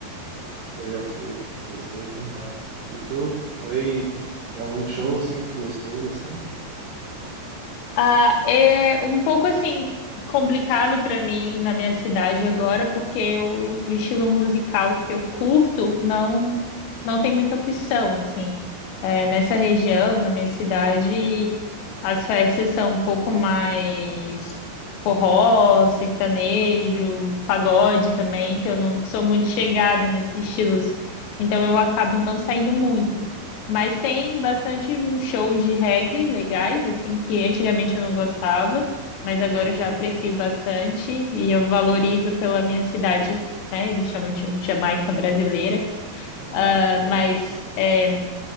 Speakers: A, on the right; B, on the left.
A: Eu já fui. Gostei demais. E tu? Foi em algum show assim que tu gostou bastante?
B: Ah, é um pouco assim complicado para mim na minha cidade agora, porque o, o estilo musical que eu curto não não tem muita opção assim. É, nessa região, na minha cidade, as festas são um pouco mais forró, sertanejo, pagode também, que eu não sou muito chegada nesses estilos,
A: Hum.
B: então eu acabo não saindo muito. Mas tem bastante uns shows de reggae legais, assim, que antigamente eu não gostava, mas agora
A: Uhum.
B: eu já aprecio bastante e eu valorizo pela minha cidade, né? Eles chamam de um Jamaica brasileira,
A: <laughs>
B: Ah, mas é,